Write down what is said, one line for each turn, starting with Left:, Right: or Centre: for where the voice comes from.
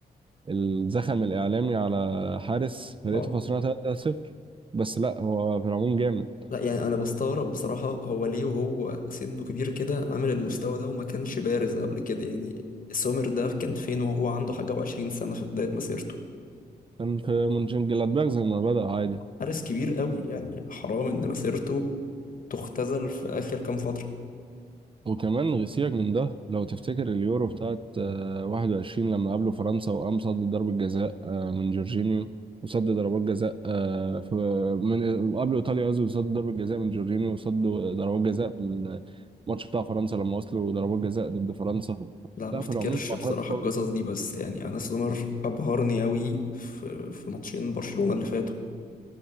Right: الزخم الاعلامي على حارس فرقته
Left: واو
Right: خسرانه 3 0 بس لا هو في العموم جامد
Left: لا يعني انا بستغرب بصراحة هو ليه وهو سنه كبير كده عامل المستوى ده وما كانش بارز قبل كده يعني سومر ده كان فين وهو عنده حاجة وعشرين سنة في بداية مسيرته
Right: كان في مونشن جلادباخ زي ما بدأ عادي
Left: حارس كبير قوي يعني حرام ان مسيرته تختزل في اخر كام فترة
Right: وكمان سيبك من ده لو تفتكر اليورو بتاعت آه، 21 لما قابلوا فرنسا وقام صد ضربة جزاء آه، من جورجينيو وصد ضربات جزاء آه، في من وقابلوا ايطاليا قصدي وصد ضربة جزاء من جورجينيو وصد ضربات جزاء في الماتش بتاع فرنسا لما وصلوا ضربات جزاء ضد فرنسا
Left: لا
Right: لا
Left: ما افتكرش
Right: في العموم حركات
Left: بصراحة
Right: قوي
Left: القصص دي بس يعني انا سومر ابهرني قوي في في ماتشين برشلونة اللي فاتوا